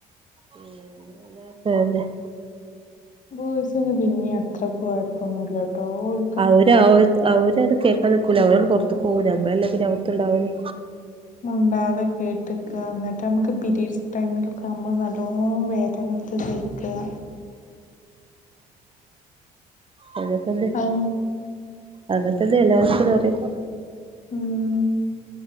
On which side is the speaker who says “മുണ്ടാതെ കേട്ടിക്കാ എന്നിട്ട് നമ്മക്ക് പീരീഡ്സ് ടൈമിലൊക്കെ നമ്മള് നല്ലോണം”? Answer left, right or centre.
Left